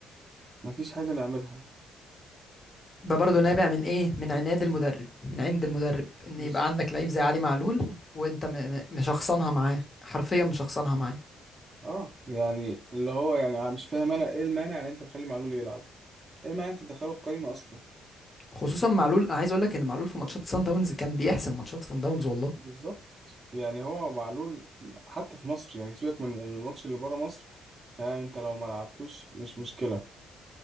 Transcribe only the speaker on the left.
ده برضو نابع من ايه من عناد المدرب من عند المدرب ان
يبقى عندك لعيب زي علي معلول وانت م... م... مشخصنها معاه حرفيا مشخصنها معاه
خصوصا معلول أنا عايز اقول لك ان معلول في ماتشات سان داونز كان بيحسم ماتشات سان داونز والله